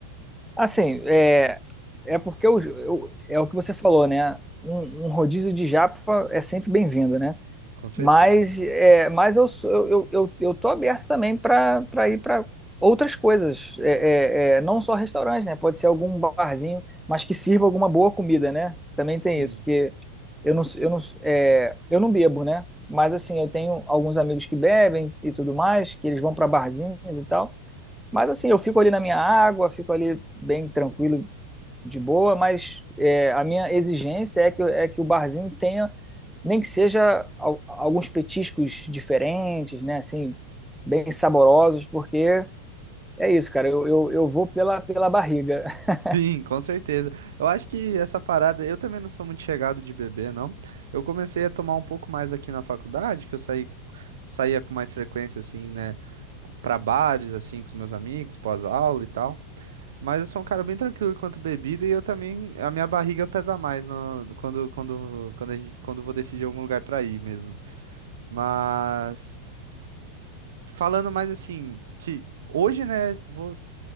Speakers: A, in the centre; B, on the right (about 60°).
A: Assim, é, É porque eu, eu- é o que você falou, né? Um, um rodízio de japa é sempre bem-vindo, né?
B: Com certeza.
A: Mas, é, mas eu, sou- eu, eu, eu eu tô aberto também para para ir para outras coisas, é, é, é, não só restaurantes, né? Pode ser algum barzinho, mas que sirva alguma boa comida, né? Também tem
B: Sim.
A: isso, porque eu não, eu não, é, eu não bebo, né? Mas assim, eu tenho alguns amigos que bebem e tudo mais, que eles vão para barzinhos e tal. Mas assim, eu fico ali na minha água, fico ali bem tranquilo, de boa, mas é, a minha exigência é que, é que o barzinho tenha, nem que seja al- alguns petiscos diferentes, né? Assim, bem saborosos, porque é isso, cara. Eu, eu, eu vou pela, pela barriga. <laughs>
B: Sim, com certeza. Eu acho que essa parada, eu também não sou muito chegado de beber, não. Eu comecei a tomar um pouco mais aqui na faculdade, que eu saí, saía com mais frequência, assim, né, pra bares, assim, com os meus amigos, pós-aula e tal. Mas eu sou um cara bem tranquilo quanto bebida e eu também, a minha barriga pesa mais no, quando, quando, quando, a gente, quando eu vou decidir algum lugar pra ir mesmo. Mas, falando mais assim, que hoje, né, vou